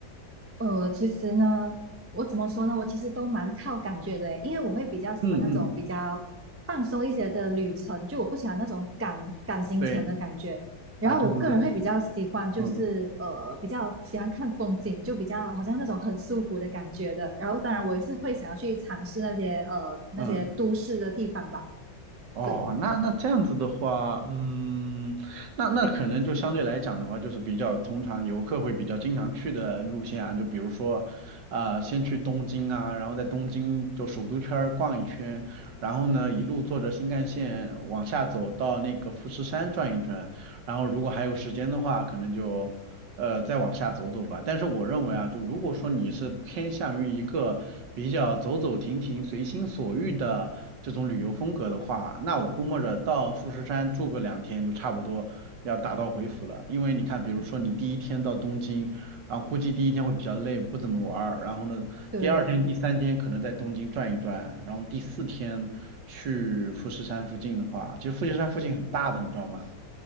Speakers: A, on the right; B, on the right.
A: 呃，其实呢，我怎么说呢？我其实都蛮靠感觉的耶因为我会比较喜欢那种比较放松一些的旅程，
B: 嗯嗯，
A: 就我不喜欢那种赶赶行程的感觉。
B: 对
A: 然后我个人会比较喜欢，
B: 啊，就是
A: 就是呃，
B: <laughs> 嗯
A: 比较喜欢看风景，就比较好像那种很舒服的感觉的。然后当然我也是会想要去尝试那些呃那些都市的地方吧。
B: 嗯。哦，
A: 对
B: 那那这样子的话，嗯，那那可能就相对来讲的话，就是比较通常游客会比较经常去的路线啊，就比如说，啊、先去东京啊，然后在东京就首都圈儿逛一圈，然后呢一路坐着新干线往下走到那个富士山转一转，然后如果还有时间的话，可能就。呃，再往下走走吧。但是我认为啊，就如果说你是偏向于一个比较走走停停、随心所欲的这种旅游风格的话，那我估摸着到富士山住个两天就差不多要打道回府了。因为你看，比如说你第一天到东京，然后估计第一天会比较累，不怎么玩儿。然后呢，
A: 对，
B: 第二天、第三天可能在东京转一转，然后第四天去富士山附近的话，其实富士山附近很大的，你知道吗？